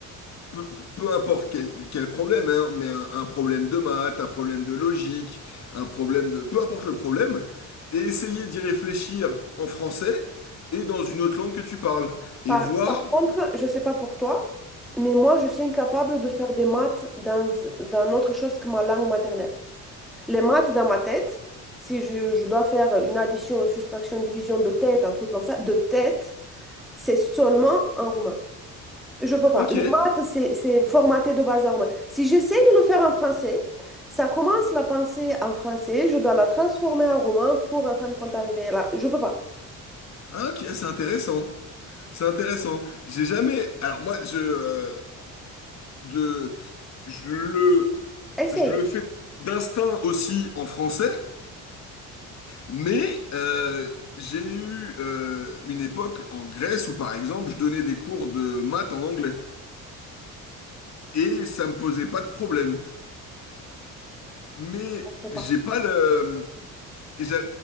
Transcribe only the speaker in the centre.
Par,
par contre, je ne sais pas pour toi, mais moi, je suis incapable de faire des maths dans, dans autre chose que ma langue maternelle. Les maths dans ma tête, si je, je dois faire une addition, une soustraction, une division de tête, un truc comme ça, de tête, c'est seulement en roumain. Je peux pas.
Les maths, c'est c'est formaté de base en roumain. Si j'essaie de le faire en français, ça commence la pensée en français, je dois la transformer en roumain pour en fin de compte arriver là. Je peux pas.
Essaye.
Je peux pas.